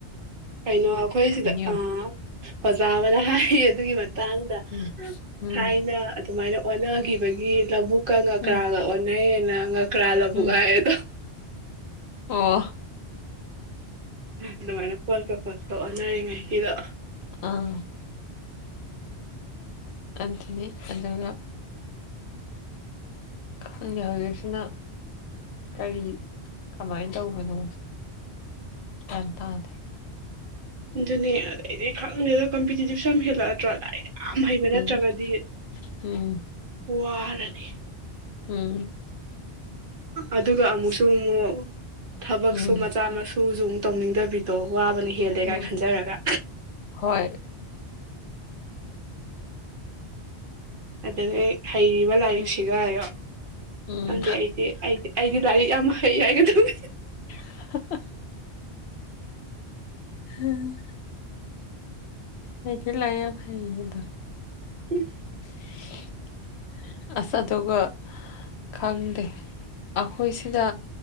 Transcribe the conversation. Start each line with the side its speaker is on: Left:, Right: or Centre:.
Right: ꯀꯩꯅꯣ ꯑꯩꯈꯣꯏ ꯁꯤꯗ
Left: ꯌꯦꯡꯉꯣ
Right: ꯑ ꯑꯣꯖꯥ ꯑꯃꯅ ꯍꯥꯏ ꯑꯗꯨꯒꯤ ꯃꯇꯥꯡꯗ
Left: ꯎꯝ ꯎꯝ
Right: ꯊꯥꯏꯅ ꯑꯗꯨꯃꯥꯏꯅ ꯑꯣꯟꯅꯈꯤꯕꯒꯤ ꯂꯧꯕꯨꯛꯀ ꯉꯥꯀꯔꯥꯒ
Left: ꯎꯝ
Right: ꯑꯣꯟꯅꯩꯌꯦꯅ ꯉꯥꯀꯔꯥ ꯂꯧꯕꯨꯛ
Left: ꯎꯝ
Right: ꯍꯥꯏꯌꯦꯗꯣ
Left: ꯑꯣ
Right: ꯑꯗꯨꯃꯥꯏꯅ ꯄꯣꯠꯀ ꯄꯣꯠꯀ ꯑꯣꯟꯅꯔꯤꯉꯩꯒꯤꯗꯣ
Left: ꯎꯝ ꯑꯗꯨꯅꯤ ꯑꯗꯨꯒ ꯈꯪꯗꯦ ꯍꯧꯖꯤꯛꯁꯤꯅ ꯀꯔꯤ ꯀꯃꯥꯏꯅ ꯇꯧꯕꯅꯣ ꯒ꯭ꯌꯥꯟ ꯇꯥꯗꯦ
Right: ꯑꯗꯨꯅꯦ ꯑꯩꯗꯤ ꯈꯪꯗꯦꯗ ꯀꯝꯄꯤꯇꯤꯇꯤꯞꯁꯨ ꯌꯥꯝ ꯍꯦꯜꯂꯛꯑꯗꯔ ꯅꯠꯇ꯭ꯔ ꯂꯥꯏꯔꯤꯛ ꯌꯥꯝ ꯍꯩꯕ
Left: ꯎꯝ
Right: ꯅꯠꯇ꯭ꯔꯒꯗꯤ
Left: ꯎꯝ
Right: ꯋꯥꯔꯅꯤ
Left: ꯎꯝ
Right: ꯑꯗꯨꯒ ꯑꯃꯨꯛꯁꯨ
Left: ꯑꯁ
Right: ꯑꯃꯨꯛ ꯊꯕꯛꯁꯨ
Left: ꯎꯝ
Right: ꯃꯆꯥ ꯃꯁꯨꯁꯨ ꯇꯧꯅꯤꯡꯗꯕꯤꯗꯣ ꯋꯥꯕꯅ ꯍꯦꯜꯂꯦꯒꯥꯏ
Left: ꯎꯝ
Right: ꯈꯟꯖꯔꯒ
Left: ꯍꯣꯏ
Right: ꯑꯗꯨꯗꯒꯤ ꯍꯩꯔꯤꯕ ꯂꯥꯏꯔꯤꯛꯁꯤꯒ
Left: ꯎꯝ
Right: ꯈꯪꯗꯦ
Left: ꯎꯝ
Right: ꯑꯩꯗꯤ ꯑꯩꯗꯤ ꯑꯩꯗꯤ ꯂꯥꯏꯔꯤꯛ ꯌꯥꯝ ꯍꯩ ꯍꯥꯏꯒꯗꯝꯅꯤ
Left: <unintelligible> ꯍꯥꯝ ꯑꯩꯗꯤ ꯂꯥꯏꯔꯤꯛ ꯌꯥꯝ ꯍꯩꯗꯣ
Right: ꯎꯝ
Left: <unintelligible> ꯑꯁ ꯑꯗꯨꯒ ꯈꯪꯗꯦ ꯑꯩꯈꯣꯏꯁꯤꯅ